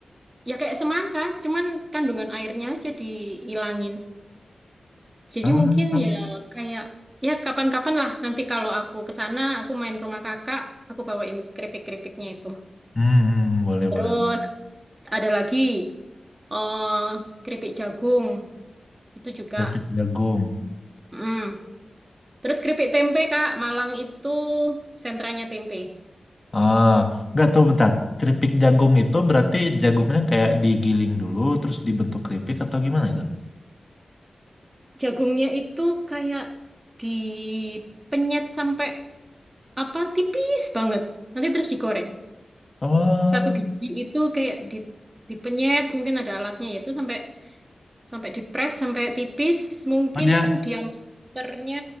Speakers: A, on the right; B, on the left.
A: ya kayak semangka, cuman kandungan airnya aja dihilangin. Jadi
B: Ah,
A: mungkin ya kayak ya kapan-kapan lah nanti kalau aku ke sana, aku main ke rumah kakak, aku bawain keripik-keripiknya itu.
B: hmm, boleh
A: Terus
B: boleh.
A: ada lagi eh keripik jagung itu juga.
B: Keripik jagung.
A: mm. Terus keripik tempe, Kak. Malang itu sentranya tempe.
B: Ah, nggak tuh bentar. Keripik jagung itu berarti jagungnya kayak digiling dulu, terus dibentuk keripik atau gimana itu?
A: Jagungnya itu kayak dipenyet sampai apa tipis banget. Nanti terus digoreng.
B: Oh,
A: Satu biji itu kayak di, dipenyet, mungkin ada alatnya yaitu sampai sampai dipres sampai tipis, mungkin
B: oh dia,
A: diameternya